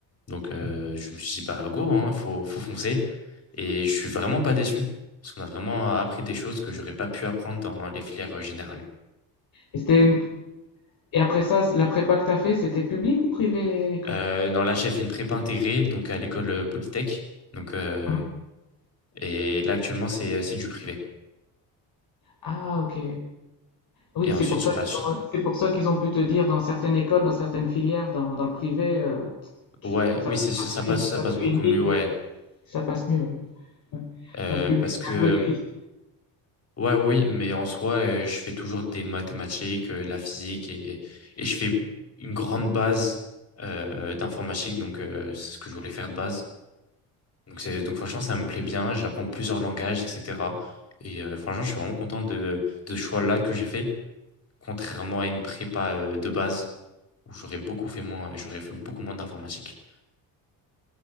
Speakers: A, on the left (about 35°); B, on the left (about 55°).
A: Donc euh, je me suis dit, bah go, hein, faut, faut foncer. Et je suis vraiment pas déçu, parce qu'on a vraiment appris des choses que j'aurais pas pu apprendre dans les filières euh, générales.
B: Et, c'était une- et après ça, la prépa que tu as fait, c'était public ou privé l'é- l'école?
A: Euh, non, là, j'ai fait une prépa intégrée, donc à l'école euh, Polytech. Donc, euh,
B: Mhm.
A: Et là, actuellement, c'est euh, c'est du privé.
B: Ah, ok. Oui,
A: Et ensuite,
B: c'est pour
A: sur
B: ça qu'ils
A: la suite,
B: ont, c'est pour ça qu'ils ont pu te dire dans certaines écoles, dans certaines filières, dans, dans le privé, euh, tu-
A: ouais,
B: ça,
A: oui,
B: ça
A: c'est ça
B: suit,
A: passe, ça
B: ça
A: passe
B: suit
A: beaucoup
B: une
A: mieux,
B: ligne
A: ouais.
B: et ça passe mieux. Ouais.
A: Euh,
B: Dans le public,
A: parce que,
B: c'est
A: euh,
B: un peu difficile.
A: ouais, oui, mais en soi, euh, je fais toujours des mathématiques, euh, de la physique, et, et je fais une grande base euh, d'informatique, donc euh, c'est ce que je voulais faire de base. Donc, c'est, donc franchement, ça me plaît bien, j'apprends plusieurs langages, etc. Et euh, franchement, je suis vraiment content de, de ce choix-là que j'ai fait, contrairement à une prépa euh, de base, où j'aurais beaucoup fait moins, euh, j'aurais fait beaucoup moins d'informatique.